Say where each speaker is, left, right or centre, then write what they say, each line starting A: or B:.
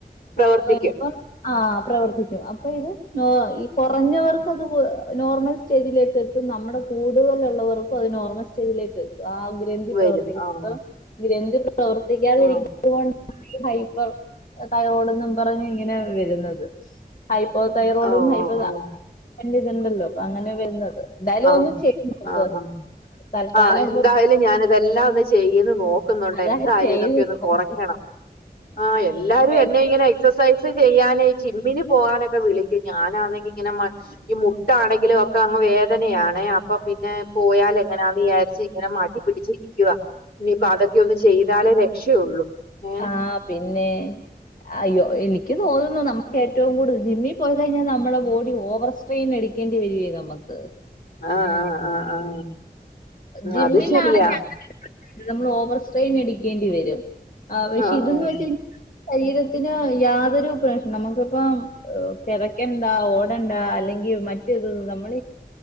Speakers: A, on the left; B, on the left.
A: പ്രവർത്തിക്കും
B: ഇപ്പം ആ പ്രവർത്തി ക്കും അപ്പൊ ഇത് നോ ഈ കുറഞ്ഞവർക്കത് നോർമൽ സ്റ്റേജിലേക്ക് എ- നമ്മുടെ കൂടുതലുള്ളള്ളവർക്കും അത് നോർമൽ സ്റ്റേജിലേക്ക് ആകും ഗ്രന്തി
A: വരും
B: പ്രവർത്തിക്കപ്പം
A: ആ
B: ഗ്രന്തി പ്രവർത്തിക്കാതിെരിക്ക
A: ആ
B: അതുകൊണ്ടാണ് ഈ ഹൈപ്പർ തൈറോയ്ഡ്ന്നും പറഞ് ഇങ്ങനെ വരുന്നത് ഹൈപ്പോ തൈറോഡും
A: ഓ ഓ
B: ഹൈപ്പോ
A: ഓ
B: ഇതുണ്ടല്ലോ അപ്പൊ അങ്ങനെ വരുന്നത് എന്തായാലും
A: ആ
B: ഒന്ന് ചെക്കിത് നോക്ക്
A: ആ ആ
B: തൽക്കാലം
A: ആഹ്
B: ഇപ്പൊ
A: എന്തായാലും ഞാനിതെല്ലാം ഒന്ന് ചെയ്യന്ന് നോക്കുന്നുണ്ട്
B: അതാ
A: എന്തായാലും
B: ചെയ്ത്
A: ഇതൊക്കെ ഒന്ന്
B: നോക്ക്
A: കുറയ്ക്കണം ആഹ് എല്ലാരും
B: വെറുതെ
A: എന്നെ ഇങ്ങനെ എക്സസൈസ് ചെയ്യാനെയ് ജിമ്മിന് പോകാനൊക്കെ വിളിക്കും ഞാനാണെങ്കി ഇങ്ങനെ മടി ഈ മുട്ടാണെങ്കിലോ ഒക്കെ അങ്ങ് വേദനയാണേ അപ്പൊ പിന്നെ പോയാൽ എങ്ങനാ വിചാരിച്ച ഇങ്ങനെ മടി പിടിച്ചിരിക്കുവ ഇനിയിപ്പോ അതൊക്കെ ഒന്ന് ചെയ്താലേ രക്ഷയുള്ളൂ ഏഹ്
B: ആഹ് പിന്നെ അയ്യോ എനിക്ക് തോന്നുന്നു നമുക്ക് ഏറ്റവും കൂടുതൽ ജിമ്മിൽ പോയി കഴിഞ്ഞാൽ നമ്മുടെ ബോഡി ഓവർ സ്ട്രെയിൻ എടുക്കേണ്ടി വരികേ നമുക്ക്
A: ആഹ് ആഹ് ആഹ് ആഹ്
B: ജിമ്മിലാണെങ്കിൽ
A: അത് ശെരിയാ
B: നമ്മൾ ഓവർ സ്ട്രെയിൻ എടിക്കേണ്ടി വരും പക്ഷെ
A: ആഹ്
B: ഇതന്ന്
A: ആഹ്
B: വെച്ച് ശരീരത്തിനോ യാതൊരു പ്രശന നമുക്കിപ്പം കിതക്കണ്ടാ ഓടണ്ട അല്ലെങ്കിൽ മറ്റത് നമ്മൾ